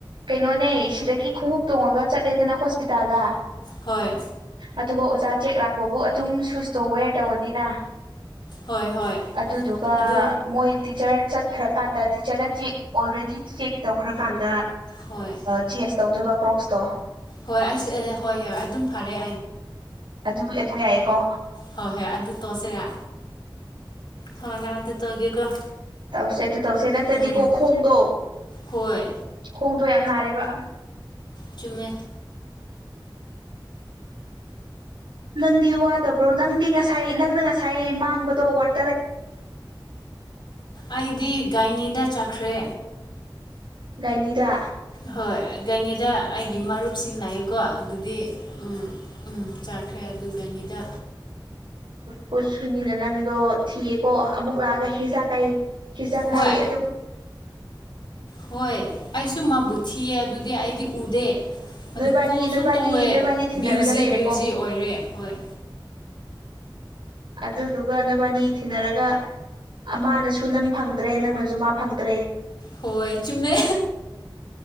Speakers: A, on the right; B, on the left.
A: ꯀꯩꯅꯣꯅꯦ ꯁꯤꯗꯒꯤ ꯈꯣꯡꯎꯞ ꯇꯣꯡꯉꯒ ꯆꯠꯂꯦꯗꯅ ꯍꯣꯁꯄꯤꯇꯥꯜꯗ
B: ꯍꯣꯏ
A: ꯑꯗꯨꯒ ꯑꯣꯖꯥ ꯆꯦꯛ ꯂꯥꯛꯄꯕꯨ ꯑꯗꯨꯝ ꯁꯨꯁꯇꯣ ꯋꯦꯔ ꯇꯧꯔꯅꯤꯅ
B: ꯍꯣꯏ ꯍꯣꯏ
A: ꯑꯗꯨꯗꯨꯒ
B: ꯑꯗꯨ
A: ꯃꯣꯏ ꯇꯤꯆꯔ ꯆꯠꯈ꯭ꯔꯀꯥꯟꯗ ꯇꯤꯆꯔꯅ ꯆꯦꯛ ꯑꯣꯜꯔꯦꯗꯤ ꯆꯦꯛ ꯇꯧꯈ꯭ꯔꯀꯥꯟꯗ
B: ꯍꯣꯏ
A: ꯆꯦꯟꯖ ꯇꯧꯗꯣꯏꯕ ꯀ꯭ꯔꯣꯛꯁꯇꯣ
B: ꯍꯣꯏ ꯍꯣꯏ ꯍꯣꯏ ꯍꯣꯏ ꯑꯗꯨꯝ ꯐꯔꯦ
A: ꯑꯗꯨ ꯑꯗꯨ ꯌꯥꯏꯌꯦꯦ ꯀꯣ
B: ꯍꯣꯏ ꯍꯣꯏ ꯑꯗꯨ ꯇꯧꯁꯤꯔꯥ ꯍꯣꯏ ꯍꯔ ꯑꯗꯨ ꯇꯧꯒꯦꯀꯣ
A: ꯇꯧꯁꯦ ꯑꯗꯨ ꯇꯧꯁꯦ ꯅꯠꯇꯗꯤꯀꯣ
B: ꯎꯝ
A: ꯈꯣꯡꯗꯣ
B: ꯍꯣꯏ
A: ꯈꯣꯡꯗꯣ ꯌꯥꯝ ꯔꯦꯕ
B: ꯆꯨꯝꯃꯦ
A: ꯅꯪꯗꯤ ꯋꯥꯗꯕ꯭ꯔꯣ ꯅꯪꯗꯤ ꯉꯁꯥꯏ ꯅꯪꯅ ꯉꯁꯥꯏ ꯃꯥꯡꯕꯗꯣ ꯋꯥꯠ
B: ꯑꯩꯗꯤ ꯒꯥꯏꯅꯤꯗ ꯆꯠꯈ꯭ꯔꯦ
A: ꯉꯥꯏꯅꯤꯗ
B: ꯍꯣꯏ ꯒꯥꯏꯅꯦꯗ ꯑꯩꯒꯤ ꯃꯔꯨꯞꯁꯤꯡ ꯅꯥꯏꯌꯨꯀꯣ ꯑꯗꯨꯗꯤ ꯎ ꯎꯝ ꯆꯥꯈ꯭ꯔꯦ ꯑꯗꯨꯒꯅꯤꯗ
A: ꯀꯨ ꯁꯨꯅꯤꯅ ꯅꯪꯗꯣ ꯊꯤꯌꯦꯀꯣ ꯑꯃꯨꯛ ꯂꯥꯛꯑꯒ ꯍꯤꯖ ꯀꯩꯌꯦ ꯍꯤꯖ
B: ꯍꯣꯏ
A: ꯀꯥꯏ ꯑꯗꯨꯝ
B: ꯍꯣꯏ ꯑꯩꯁꯨ ꯃꯥꯕꯨ ꯊꯤꯌꯦ ꯑꯗꯨꯗꯤ ꯑꯩꯗꯤ ꯎꯗꯦ ꯑꯗꯨ
A: ꯅꯣꯏꯕꯥꯅꯤ
B: ꯀꯣꯜꯁꯨ
A: ꯅꯣꯏꯕꯥꯅꯤ
B: ꯇꯧꯋꯦ
A: ꯅꯣꯏꯕꯥꯅꯤ ꯊꯤꯅꯔꯒ
B: ꯕ꯭ꯌꯨ ꯖꯤ
A: ꯂꯩꯔꯦꯀꯣ
B: ꯕ꯭ꯌꯨꯖꯤ ꯑꯣꯏꯔꯦ ꯍꯣꯏ
A: ꯑꯗꯨꯗꯨꯒ ꯅꯨꯕꯥꯅꯤ ꯊꯤꯅꯔꯒ ꯃꯥꯅꯁꯨ ꯅꯪ ꯐꯪꯗ꯭ꯔꯦ ꯅꯪꯅꯁꯨ ꯃꯥ ꯐꯪꯗ꯭ꯔꯦ
B: ꯍꯣꯏ ꯆꯨꯝꯃꯦ